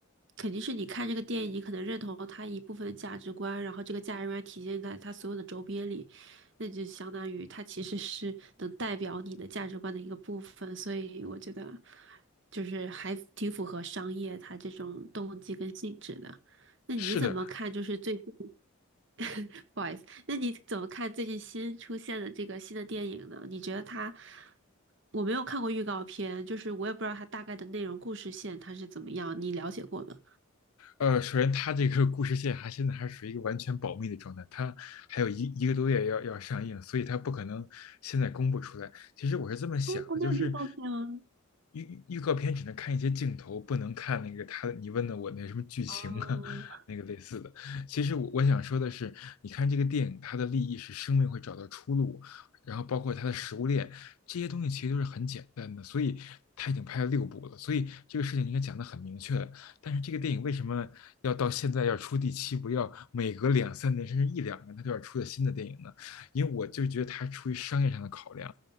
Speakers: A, on the right; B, on the left.
A: 肯定是你看这个电影，你可能认同他一部分的价值观，然后这个价值观体现在他所有的周边里，那就相当于他其实是能代表你的价值观的一个部分，所以我觉得。就是还挺符合商业它这种动机跟性质的。那你怎么看？
B: 是的，
A: 就是最近，<laughs> 不好意思，那你怎么看最近新出现的这个新的电影呢？你觉得它，我没有看过预告片，就是我也不知道它大概的内容、故事线它是怎么样，你了解过吗？
B: 呃，首先它这个故事线还现在还是属于一个完全保密的状态，它还有一一个多月要要上映，所以它不可能现在公布出来。其实我是这么想的，
A: 哦，它没有预告片啊。
B: 就是预预告片只能看一些镜头，不能看那个他你问的我那什么剧情啊，
A: 哦，
B: <laughs> 那个类似的。其实我我想说的是，你看这个电影，它的立意是生命会找到出路，然后包括它的食物链这些东西其实都是很简单的，所以他已经拍了六部了，所以这个事情应该讲的很明确。但是这个电影为什么要到现在要出第七部，要每隔两三年甚至一两年它就要出个新的电影呢？因为我就觉得它出于商业上的考量。